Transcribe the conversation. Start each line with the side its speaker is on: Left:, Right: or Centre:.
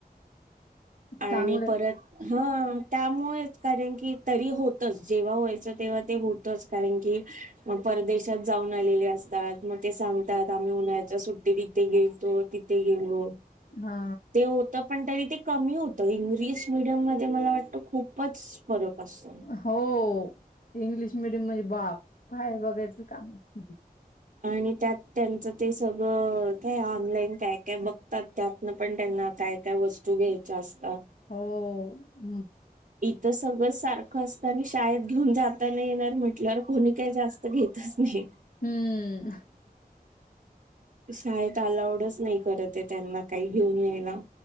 Right: आणि
Left: चांगले
Right: परत हा त्यामुळेच कारण की तरी होतच जेव्हा व्हायचं तेव्हा ते होतच कारण की परदेशात जाऊन आलेले असतात मग ते सांगतात आम्ही उन्हा्याच्या सुट्टीत इथे गेलतो तिथं गेल लो
Left: हा
Right: ते होत पण तरी ते कमी होत इंग्रीश मिडीयम मध्ये मला वाटतं खूपच फरक असतो
Left: हो इंग्लिश मिडम म्हणजे बाप पाय बघायचं काम नाय.
Right: आणि त्यात त्यांचं ते सगळं काय ऑनलाईन काय काय बघतात त्यातन पण त्यांना का काय काय वस्तू घ्यायच्या अस
Left: हो हम्
Right: इथं सगळं सारखं असतं आणि शाळेत घेऊन जाताना येणार म्हटल्यावर कोणी काही जास्त घेतच नाही.
Left: हम्म
Right: शाळेत अलावडच नाही करत आहे त्यांना काही घेऊन यायला.